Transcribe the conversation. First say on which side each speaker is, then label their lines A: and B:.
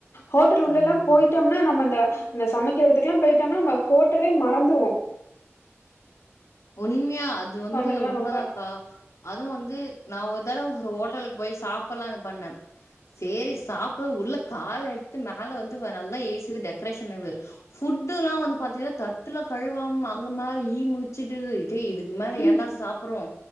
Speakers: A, on the left; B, on the left.
A: ஹோட்டல் உள்ள
B: ஆமாக்கா.
A: எல்லா போயிட்டோம்னா நம்ம இந்த இந்த சமைக்கதுக்கலாம் பெய் டோம்னா ஹோட்டலே ம றந்துறுவோ
B: உண்மையா அது வந்து
A: இடம்லாம்
B: உண்மதான்க்கா
A: ரொம்ப
B: அதுவு வந்து நான் ஒ ரு தடவ ஒரு ஹோட்டலுக்கு போய் சாப்லாம்னு பண்ண சேரி சாப்ப உள்ள கால எடுத்து மேல வந்து நல்லா ஏசு டெக்ரேஷனுவு அது ஃபுட்லாம் வந்து பாத்தெ தட்டுல கழுவாம அங்கமா ஈ முச்சட்டுது டேய் இதுக்கு மேல
A: ம்
B: ஏன்டா சாப்றோம்